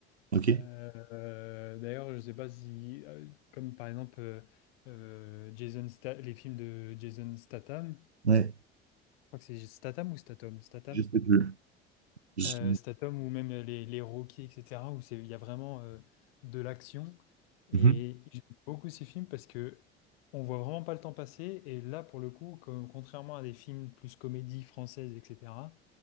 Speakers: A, on the right; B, on the left.
A: Ok.
B: Euh, euh, d'ailleurs je sais pas si euh, comme par exemple euh, euh, Jason Sta- les films de Jason Statham, je
A: Ouais.
B: crois que c'est Statham ou Statham, Statham,
A: Je sais plus. Je-
B: Euh, Statham ou même les, les Rocky etc. où c'est il y a vraiment euh, de l'action et
A: Mhm.
B: j'aime beaucoup ces films parce que on voit vraiment pas le temps passer et là pour le coup comme- contrairement à des films plus comédie française etc.